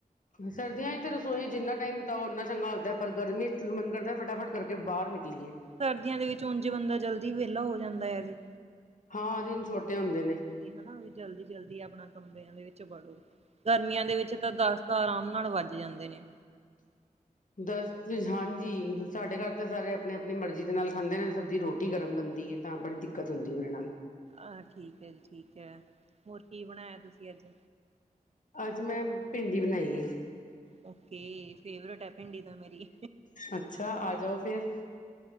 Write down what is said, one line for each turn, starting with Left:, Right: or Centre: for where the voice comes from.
Left: ਸਰਦੀਆਂ ਵਿੱਚ ਰਸੋਈ ਜਿੰਨਾ ਟਾਈਮ ਬਿਤਾਓ ਉਨਾ ਚੰਗਾ ਹੁੰਦਾ, ਪਰ ਗਰਮੀ ਚ ਮਨ ਕਰਦਾ ਫਟਾਫਟ ਕਰਕੇ ਬਾਹਰ ਨਿਕਲੀਏ।
Right: ਸਰਦੀਆਂ ਦੇ ਵਿੱਚ ਉਂਝ ਹੀ ਬੰਦਾ ਜਲਦੀ ਵੇਹਲਾ ਹੋ ਜਾਂਦਾ ਏ ਵੀ
Left: ਹਾਂ, ਦਿਨ ਛੋਟੇ ਹੁੰਦੇ ਨੇ।
Right: ਏਹ ਨਾ ਵੀ ਜਲਦੀ-ਜਲਦੀ ਅਪਣਾ ਕਮਰਿਆਂ ਦੇ ਵਿੱਚ ਵੜੋ। ਗਰਮੀਆਂ ਦੇ ਵਿੱਚ ਤਾਂ ਦੱਸ ਤਾਂ ਆਰਾਮ ਨਾਲ ਵੱਜ ਜਾਂਦੇ ਨੇ।
Left: ਦੱਸ ਹਾਂਜੀ, ਸਾਡੇ ਘਰ ਤਾਂ ਸਾਰੇ ਆਪਣੇ ਆਪਣੀ ਮਰਜ਼ੀ ਦੇ ਨਾਲ ਖਾਂਦੇ ਨੇ ਸਬਜ਼ੀ, ਰੋਟੀ ਗਰਮ ਬਣਦੀ ਏ, ਤਾਂ ਬੜੀ ਦਿੱਕਤ ਹੁੰਦੀ ਹੈ ਮੇਰੇ ਨਾਲ।
Right: ਆਹ ਠੀਕ ਏ ਜੀ ਠੀਕ ਏ। ਹੋਰ ਕੀ ਬਣਾਇਆ ਤੁਸੀਂ ਅੱਜ?
Left: ਅੱਜ ਮੈਂ, ਭਿੰਡੀ ਬਣਾਈ ਏ।
Right: ਔਕੇ, ਫੇਵਰੇਟ ਹੈ ਭਿੰਡੀ ਤਾਂ ਮੇਰੀ।
Left: ਅੱਛਾ, ਆ ਜਾਓ ਫਿਰ।